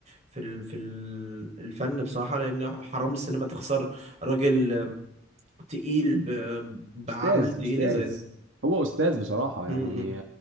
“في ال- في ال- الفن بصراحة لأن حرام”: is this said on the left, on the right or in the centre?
Right